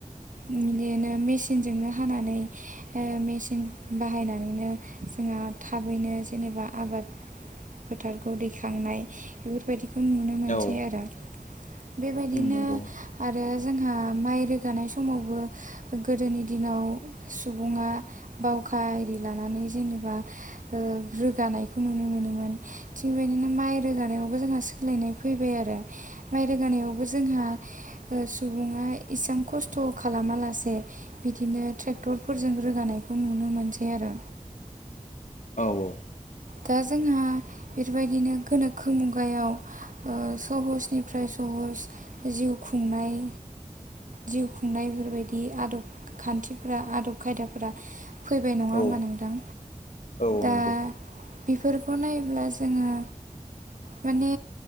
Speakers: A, on the right (about 75°); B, on the left (about 70°).
A: बिदिनो मेसिनजोंनो हानानै ओ मेचिन बाहायनानैनो जोंहा थाबैनो जेनेबा आबाद फोथारखौ दैखांनाय बेफोरबायदि खौ नुनो मोनसै
B: औ
A: आरो। बायदिनो
B: नंगौ
A: आरो जोंहा माइ रोगानाय समावबो गोदोनि दिनाव सुबुङा बावखा आरि लानानै जेनेबा ओ रोगानायखौ नुनो मोनोमोन। थिगबेदिनो माइ रोगानायावबो जोंहा सोलायनाय फैबाय आरो माइ रोगानायाव बो जोंहा ओ सुबुङा इसांखस्थ' खालामा लासे बिदिनो ट्रेक्टरफोरजों रोगानायखौ नुनो मोनसै आरो।
B: औ।
A: दा जोंहा फिरबायदिनो गोनोखो मुगायाव ओ सहसनिफ्राय सहस जिउ खुंनाय जिउ खुंनाय बेफोरबायदि आदब खान्थिफोरा आदब खायदाफोरा फैबाय नङा
B: औ
A: होनबा नोंथां
B: औ
A: दा
B: नंगौ
A: बिफोरखौ नायोब्ला जोङो माने